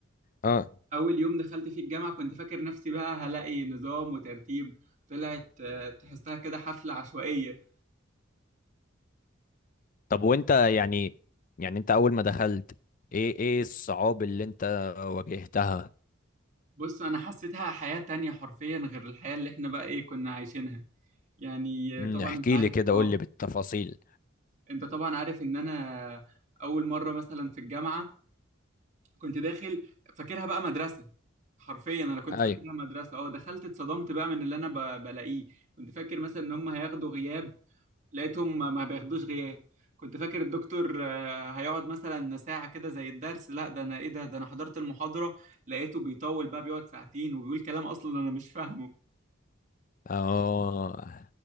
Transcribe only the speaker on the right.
أول يوم دخلت في الجامعة كنت فاكر نفسي بقى هلاقي نظام وترتيب طلعت آه، تحسها كده حفلة عشوائية
بص أنا حسيتها حياة تانية حرفيا غير الحياة اللي إحنا بقى إيه كنا عايشينها يعني
آه، طبعا
أنت عارف
آه
انت طبعا عارف ان انا اول مره مثلا في الجامعه كنت داخل فاكرها بقى مدرسه حرفيا انا كنت
فاكرها مدرسه اه دخلت اتصدمت بقى من اللي انا ب- بلاقيه كنت فاكر مثلا ان هم هياخدوا غياب لقيتهم ما ما بياخدوش غياب كنت فاكر الدكتور آه، هيقعد مثلا ساعة كده زي الدرس لا ده انا ايه ده ده انا حضرت المحاضرة لقيته بيطول بقى بيقعد ساعتين وبيقول كلام اصلا انا مش فاهمه